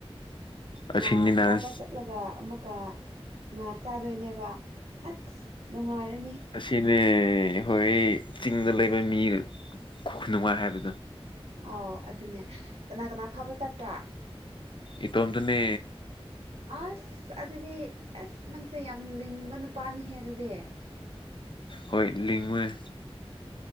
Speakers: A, on the right; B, on the left.
A: ꯉꯥ
B: ꯑꯁꯤꯅꯤꯅ
A: ꯐꯥꯕ ꯆꯠꯂꯒ ꯑꯃꯨꯛ ꯀ ꯉꯥ ꯆꯥꯗꯣꯏꯅꯦꯕ ꯑꯁ ꯅꯨꯡꯉꯥꯏꯔ
B: ꯑꯁꯤꯅꯦ ꯍꯣꯏ ꯆꯤꯡꯗ ꯂꯩꯕ ꯃꯤ ꯈꯨ ꯅꯨꯡꯉꯥꯏ ꯍꯥꯏꯕꯗꯣ
A: ꯑꯥꯎ ꯑꯗꯨꯅꯦ ꯀꯅꯥ ꯀꯅꯥ ꯐꯕ ꯆꯠꯄꯔ꯭
B: ꯏꯇꯣꯝꯇꯅꯦ
A: ꯑꯁ ꯑꯗꯨꯗꯤ ꯑꯁ ꯅꯪꯁꯦ ꯌꯥꯝ ꯂꯤꯡꯕ ꯅꯨꯄꯥꯅꯤ ꯍꯦ ꯗꯨꯗꯤ
B: ꯍꯣꯏ ꯂꯤꯡꯉꯨꯅꯦ